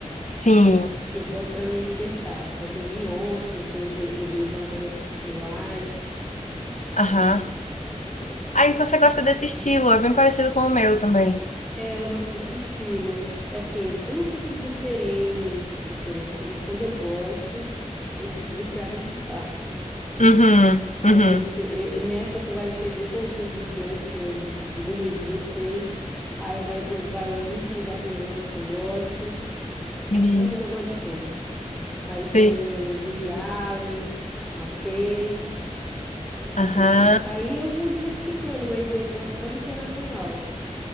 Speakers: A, on the left; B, in the centre.
A: sim,
B: Que eu boto pra me despertar. Aí tem Beyoncé, tem J- Jason Me- Mraz.
A: aham. Ah, então você gosta desse estilo, é bem parecido com o meu também.
B: É, eu gosto desse estilo. É Assim, eu não tenho preferências, preferências, mas quando eu gosto, eu fico viciada em escutar.
A: Uhum.
B: Aí
A: Uhum.
B: tem esse- e- nessa tu vai ser de todinho do Just, eu do, de 2016. Aí vai, tu- vai o último da Rihanna, que eu gosto.
A: Sim.
B: Da Rihanna eu gosto de todas. Aí
A: Sei.
B: tem Lily Allen, Mapei.
A: Aham.
B: Tem... Aí eu vou diversificando, mas eu gosto mais de internacional.